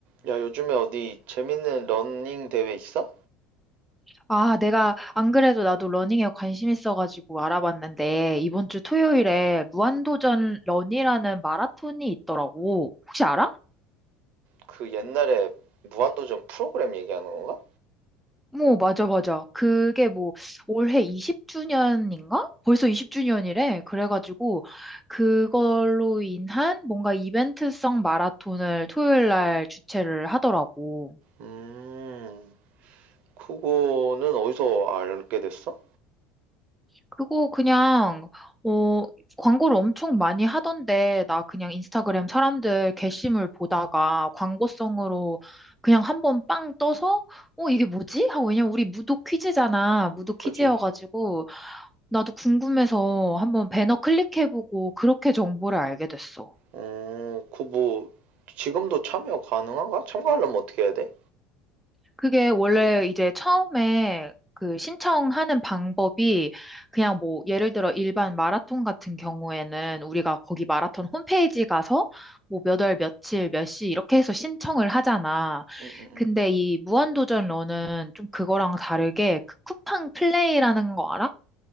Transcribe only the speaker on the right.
야, 요즘에 어디 재밌는 러닝 대회 있어?
그 옛날에 무한도전 프로그램 얘기하는 건가?
음, 그거는 어디서 알게 됐어?
그지?
어, 그 뭐, 지금도 참여 가능한가? 참가하려면 어떻게 해야 돼?
음, 음, 음.